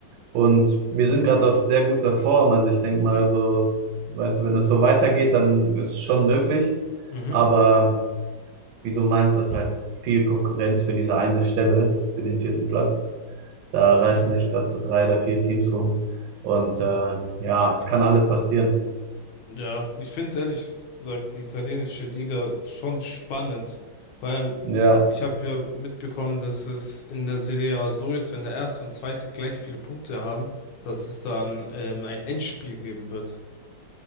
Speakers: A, on the right; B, on the left.
A: Und wir sind gerade auf sehr guter Form. Also ich denke mal so, weißt du, wenn es so weitergeht, dann ist es schon möglich.
B: Mhm.
A: Aber wie du meinst, das ist halt viel Konkurrenz für diese eine Stelle, für den vierten Platz. Da reißen sich gerade so drei oder vier Teams rum. Und äh, ja, es kann alles passieren.
B: Ja, ich finde ehrlich gesagt die italienische Liga schon spannend, weil
A: Ja,
B: ich habe ja mitbekommen, dass es in der Serie A so ist, wenn der erste und zweite gleich viele Punkte haben, dass es dann ähm, ein Endspiel geben wird.